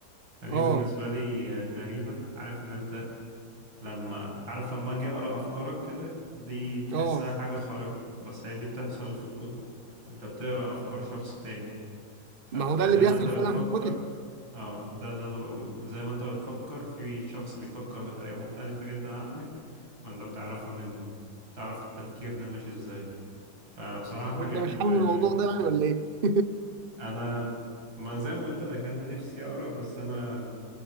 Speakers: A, on the right (about 85°); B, on the right (about 40°).
A: فدي
B: اه
A: بالنسبة لي غريبة عارف ان انت لما عارف لما اجي اقرا افكارك كده دي تحسها
B: اه
A: حاجه خارقه بس هي دي بتحصل في الكتب انت بتقرا افكار شخص تاني فانت
B: ما هو
A: زي
B: ده اللي بيحصل
A: ما انت بتفكر
B: فعلا في الكتب
A: اه ده اللي انا بقوله زي ما انت بتفكر في شخص بيفكر بطريقه مختلفه جدا عنك فانت بتعرفها منه تعرف التفكير ده ماشي ازاي فبصراحه
B: وانت
A: حاجه حلوه
B: مش حابب
A: يعني
B: الموضوع ده يعني ولا ايه؟
A: انا ما زي ما قلت لك انا نفسي اقرا بس انا